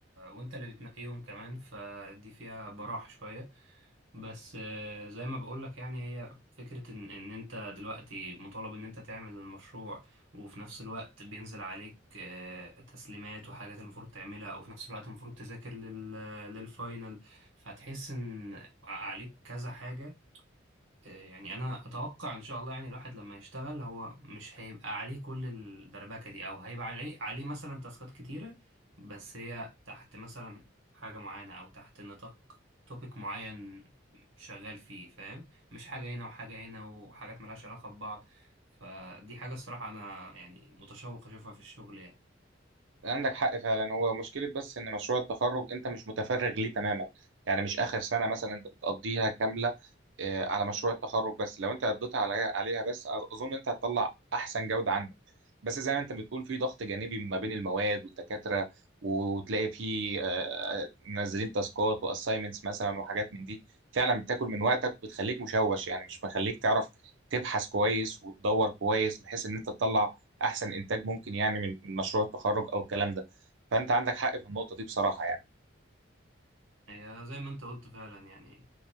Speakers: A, on the right; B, on the right.
A: وانت اللي بتنقيهم كمان فدي فيها براح شوية بس آه، زي ما بقولك يعني هي فكرة ان, ان انت دلوقتي مطالب ان انت تعمل المشروع وفي نفس الوقت بينزل عليك آه، تسليمات وحاجات المفروض تعملها وفي نفس الوقت المفروض تذاكر لل... للفاينل فتحس ان عليك كذا حاجة آه، يعني انا اتوقع ان شاء الله يعني الواحد لما يشتغل هو مش هيبقى عليه كل الدربكه دي او هيبقى عليه عليه مثلا تاسكات كتيره بس هي تحت مثلا حاجه معينه او تحت نطاق توبيك معين شغال فيه فاهم مش حاجه هنا وحاجه هنا وحاجات ملهاش علاقه ببعض فدي حاجه الصراحه انا يعني متشوق اشوفها في الشغل يعني
B: عندك حق فعلا هو مشكلة بس إن مشروع التخرج أنت مش متفرغ ليه تماما يعني مش آخر سنة مثلا أنت بتقضيها كاملة آه، على مشروع التخرج بس لو أنت قضيتها عليها عليها بس أظن أنت هتطلع أحسن جودة عندك بس زي ما أنت بتقول في ضغط جانبي ما بين المواد والدكاترة وتلاقي في آه، منزلين تاسكات وأسايمنتس مثلا وحاجات من دي فعلا بتاكل من وقتك وبتخليك مشوش يعني مش مخليك تعرف تبحث كويس وتدور كويس بحيث إن أنت تطلع احسن انتاج ممكن يعني من من مشروع التخرج او الكلام ده فانت عندك حق في النقطه دي بصراحه يعني
A: هي زي ما انت قلت فعلا يعني